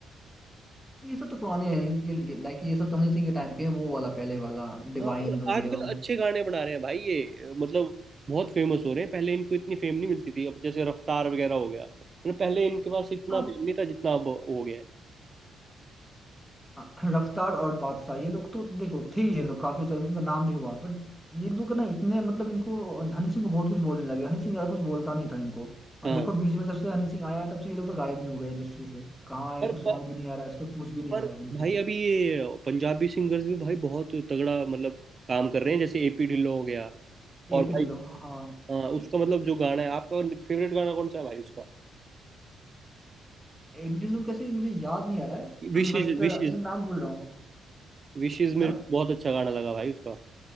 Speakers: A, in the centre; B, on the right.
A: ये सब तो पुराने हैं ये, ये, ये, लाइक ये सब तो हनी सिंह के टाइम के हैं वो वाला पहले वाला डिवाइन
B: हाँ पर
A: हो
B: आजकल
A: गया
B: अच्छे गाने बना रहे हैं भाई ये मतलब बहुत फेमस हो रहे हैं पहले इनको इतनी फेम नहीं मिलती थी अब जैसे रफ्तार वगैरह हो गया मतलब पहले इनके पास इतना
A: हाँ
B: फेम नहीं था जितना अब हो गया है
A: हाँ, रफ्तार और बादशाह ये लोग तो देखो थे ये लोग काफी सारे उनका नाम भी हुआ बट ये लोग ना इतने मतलब इनको हनी सिंह को बहुत कुछ बोलने लगे हनी सिंह ज्यादा कुछ बोलता नहीं था इनको और
B: हाँ
A: देखो बीच में जब से हनी सिंह आया है तब से ये लोग तो गायब ही हो गए इंडस्ट्री से कहाँ है
B: पर
A: कुछ सॉन्ग
B: पर,
A: भी नहीं आ रहा है इसको पूछ भी नहीं
B: पर
A: रहा है इनको
B: भाई अभी ये पंजाबी सिंगर्स भी भाई बहुत तगड़ा मतलब काम कर रहे हैं जैसे एपी ढिल्लो हो गया और
A: एपी ढिल्लों
B: भाई
A: हाँ
B: हाँ उसका मतलब जो गाना है आपका फेवरेट गाना कौन सा है भाई उसका
A: एपी ढिल्लों कैसे मुझे याद नहीं आ रहा है
B: विशेष
A: <clears throat> बट
B: विशेष
A: मैं नाम भूल रहा हूँ
B: विशेष
A: क्या
B: मेरे को बहुत अच्छा गाना लगा भाई उसका